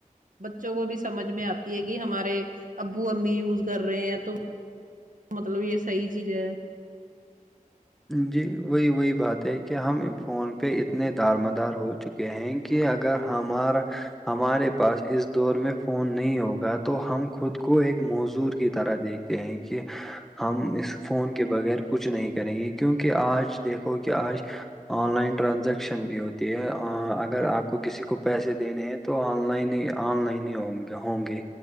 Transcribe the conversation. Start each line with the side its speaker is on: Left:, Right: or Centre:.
Right: بچوں کو بھی سمجھ میں آتی ہے کہ ہمارے ابو امی یوز کر رہے ہیں تو مطلب یہ صحی چیز ہے
Centre: جی وہی وہی بات ہے کہ ہم فون پہ اتنے دار مدار ہو چکے ہیں کہ اگر ہمارا ہمارے پاس اس دور میں فون نہیں ہوگا تو ہم خود کو ایک موزور کی طرح دیکھتے ہیں کہ ہم اس فون کے بغیر کچھ نہیں کریں گے کیونکہ آج دیکھو کہ آج آن لائن ٹرانزیکشن بھی ہوتی ہے اگر آپ کو کسی کو پیسے دینے ہیں تو آن لائن ہی آن لائن ہی ہ ہوں گی